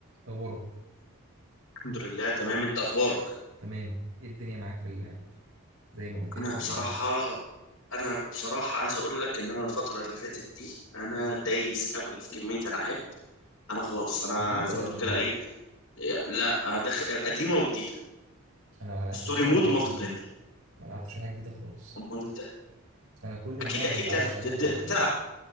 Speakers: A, on the right; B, on the left.
A: اخبارك
B: الحمد لله تمام انت اخبارك
A: تمام ايه الدنيا معاك في اللعب زي ما قلت
B: انا
A: لي ولا
B: بصراحه انا بصراحه عايز اقول لك ان انا الفتره اللي فاتت دي انا دايس قوي في كميه العاب انا خلاص انا
A: جديده
B: زي
A: ولا
B: ما تقول
A: قديمه
B: كده ايه لا داخل قديمه وجديده
A: انا ما لعبتش
B: ستوري
A: ولا اي
B: مود
A: حاجه
B: ومالتي
A: جديده
B: بلاير
A: ما لعبتش أي حاجه جديده خالص
B: امال انت
A: انا كل اللعب
B: اكيد اكيد
A: اللي عايش
B: لعبت
A: عليه حاليا
B: بتلعب